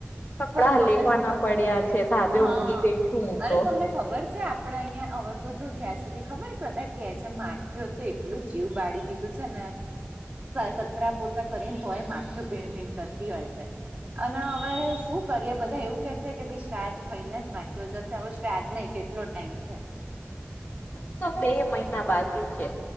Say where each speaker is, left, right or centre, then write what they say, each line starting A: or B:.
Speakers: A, on the left; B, on the right.
A: કપડા
B: પર તમને
A: લેખવાના પડ્યા છે ધાબે
B: હા
A: ઊંઘી ગઈ છું હું
B: અરે
A: તો.
B: તમને ખબર છે આપ આપડે અહિયાયા હવે તો જો જ્યાં સુધી ખબર કતા કે છે માખ્યો તો એટલું જીવ બાળી દીધું બધું છે ને કચરા પોતા કરીએ ને તોય માખીઓ ભીણ ભીણ કરતી હોય છે. અને હવે શું કરીએ બધા એવું કે છે કે શ્રાદ્ ખઈને જ માગ્યો જશે હવે શ્રાદ્ધ નહી કેટલો ટાઈમ છે.
A: હજ તો બે મહિના બાકી છે